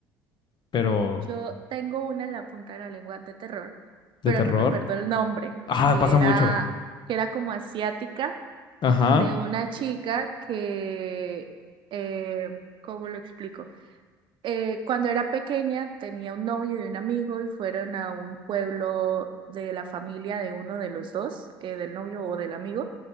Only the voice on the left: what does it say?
pero
de
terror.
Ah,
pasa
mucho.
Ajá.